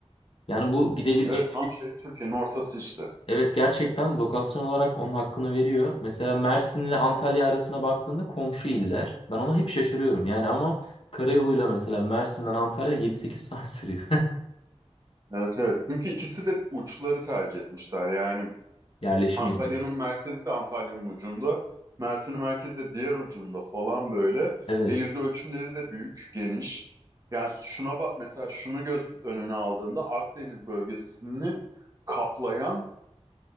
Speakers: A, on the left (about 55°); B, on the right (about 30°).
A: Yani bu gidebilir
B: Evet tam şey Türkiye'nin ortası işte.
A: Evet gerçekten lokasyon olarak onun hakkını veriyor. Mesela Mersin'le Antalya arasına baktığında komşu iller. Ben ona hep şaşırıyorum. Yani ama karayoluyla mesela Mersin'den Antalya 7-8 saat sürüyor.
B: Evet evet. Çünkü ikisi de uçları tercih etmişler. Yani
A: <laughs> Yerleşim
B: Antalya'nın
A: yeri.
B: merkezi de Antalya'nın ucunda. Mersin'in merkezi de diğer ucunda falan böyle.
A: Evet.
B: E, yüz ölçümleri de büyük, geniş. Yani şuna bak mesela şunu göz önüne aldığında Akdeniz bölgesini kaplayan